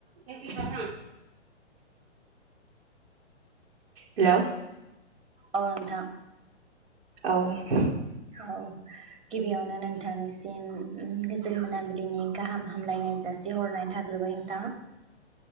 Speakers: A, on the right (about 55°); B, on the right (about 20°).
A: <inaudible> हेल
B: अ नोंथां।
A: औ। <inaudible>
B: औ। गिबियावनो नोंथांनिसि सिम। उम गोजोन मोना बिलिनि गाहाम हामलायनाय <unintelligible> हरनाय थाग्रोबाय नोंथां।